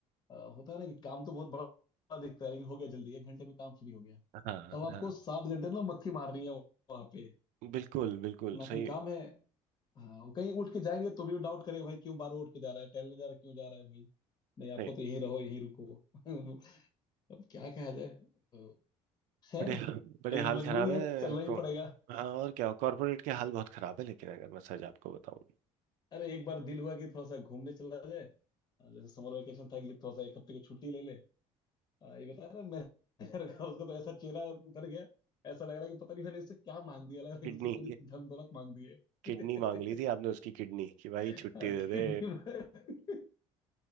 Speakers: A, on the left; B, on the right.
A: अ, होता है ना कि काम तो बहुत बड़ा दिखता है लेकिन हो गया जल्दी एक घंटे में काम फ्री हो गया
B: हाँ
A: अब आपको
B: हाँ
A: सात घंटे ना मक्खी मारनी है वहां पे
B: बिल्कुल बिल्कुल
A: ना कोई
B: सही
A: काम है हाँ और कहीं उठ के जाएंगे तो भी डाउट करेंगे भाई क्यों बार उठ के जा रहा है टहलने जा रहा है क्यों जा रहा है भाई नहीं आपको
B: सही
A: तो यहीं रहो यहीं रुको <laughs> अब क्या कहा जाए तो खैर
B: बड़े बड़े
A: लेकिन
B: हाल
A: मजबूरी
B: खराब
A: है
B: है
A: चलना ही
B: कौन
A: पड़ेगा
B: हाँ और क्या कॉर्पोरेट के हाल बहुत खराब है लेकिन अगर मैं सच आपको बताऊं
A: अरे एक बार दिल हुआ कि थोड़ा सा घूमने चला जाए अ, जैसे समर वेकेशन था कि थोड़ा सा एक हफ्ते की छुट्टी ले ले अ, ये बता रहा मेरे घर का <laughs> उसका तो ऐसा चेहरा उतर गया ऐसा लग रहा है कि पता नहीं मैंने इससे क्या मांग दिया लग रहा है
B: किडनी
A: कि उसकी पूरी धन दौलत मांग दी है
B: किडनी
A: <laughs>
B: मांग ली थी आपने उसकी किडनी कि भाई
A: हाँ,
B: छुट्टी दे
A: किडनी
B: दे
A: में